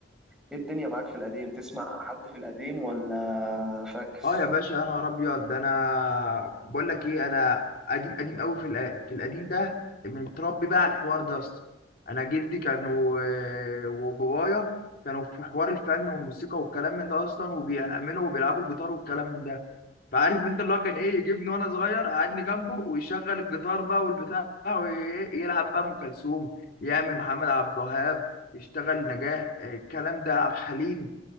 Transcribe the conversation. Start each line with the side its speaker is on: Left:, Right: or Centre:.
Centre: ايه الدنيا معاك في القديم تسمع حد في القديم ولا فاكس
Left: اه يا باشا يا نهار ابيض ده انا بقول لك ايه انا قديم قديم قوي في الق- في القديم ده متربي بقى على الحوار ده اصلا انا جدي كان و- وبابايا كانوا في حوار الفن والموسيقى والكلام من ده اصلا وبيعملوا وبيلعبوا جيتار والكلام من ده فعارف انت اللي هو كان ايه يجيبني وانا صغير قعدني جنبه ويشغل الجيتار بقى والبتاع <laughs> ويلعب بقى ام كلثوم يعمل محمد عبد الوهاب يشتغل نجاح آه، الكلام ده عبد الحليم